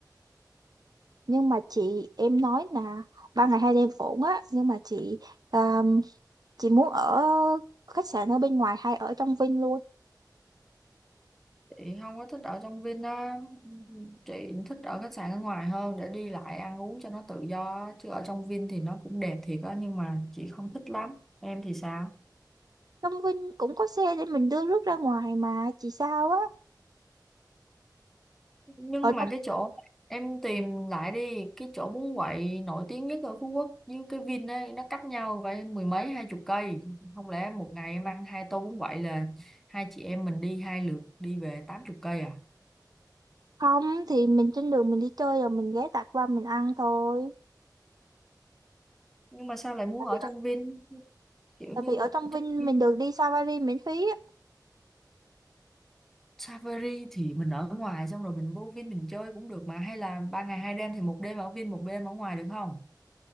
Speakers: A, on the right; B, in the centre.
A: Nhưng mà chị, em nói là ba ngày hai đêm ổn á. Nhưng mà chị, à, chị muốn ở khách sạn ở bên ngoài hay ở trong Vinh luôn.
B: chị không có thích ở trong Vin á chị thích ở khách sạn ở ngoài hơn để đi lại ăn uống cho nó tự do á. chứ ở trong Vin thì nó cũng đẹp thiệt á nhưng mà chị không thích lắm em thì sao
A: Trong Vinh cũng có xe để mình đưa rước ra ngoài mà chị sao á?
B: nhưng
A: ở
B: mà cái chỗ em tìm lại đi cái chỗ bún quậy nổi tiếng nhất ở Phú Quốc với cái Vin ấy nó cách nhau phải mười mấy hai chục cây không lẽ một ngày em ăn hai tô bún quậy là hai chị em mình đi hai lượt đi về tám chục cây à
A: không thì mình trên đường mình đi chơi rồi mình ghé tạt qua mình ăn thôi
B: nhưng mà sao lại muốn
A: tại
B: ở
A: vì
B: trong Vin kiểu
A: tại
B: như
A: vì ở trong Vinh
B: trong Vin
A: mình được đi safari miễn phí á,
B: Safari thì mình ở ngoài xong rồi mình vô Vin mình chơi cũng được mà hay là ba ngày hai đêm thì một đêm ở Vin một đêm ở ngoài được không?